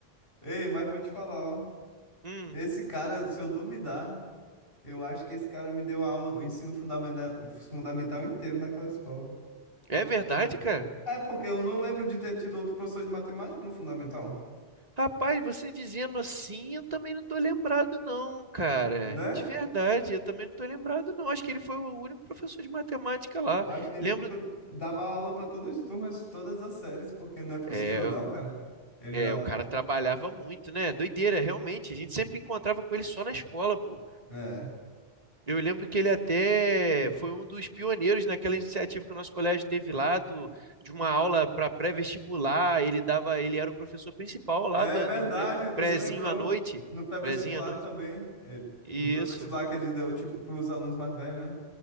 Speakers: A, on the left; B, on the right.
A: Ei, mas vou te falar, ó.
B: Hum,
A: Esse cara, se eu duvidar, eu acho que esse cara me deu aula, o ensino fundamenta- fundamental inteiro naquela escola.
B: é verdade, cara?
A: É porque eu não lembro de ter tido outro professor de matemática no fundamental,
B: Rapaz, você dizendo assim, eu também não tô lembrado, não, cara.
A: né?
B: De verdade, eu também não tô lembrado, não. Acho que ele foi o único professor de matemática lá.
A: Eu acho que ele,
B: Lembro.
A: tipo, dava aula pra todas as turmas, todas as séries, porque não é possível,
B: É,
A: não,
B: o-
A: cara. Ele
B: é,
A: dá.
B: o cara trabalhava muito, né? Doideira, realmente. A gente sempre encontrava com ele só na escola, pô.
A: É.
B: Eu lembro que ele até foi um dos pioneiros naquela iniciativa que o nosso colégio teve lá do, de uma aula para pré-vestibular. Ele dava, ele era o professor principal lá
A: É
B: do,
A: verdade,
B: do pré-
A: você
B: prézinho
A: lembrou.
B: à noite,
A: No pré-vestibular
B: prézinho à noite.
A: também. Ele...
B: Isso.
A: No pré-vestibular que ele deu, tipo, pros alunos mais velhos, né?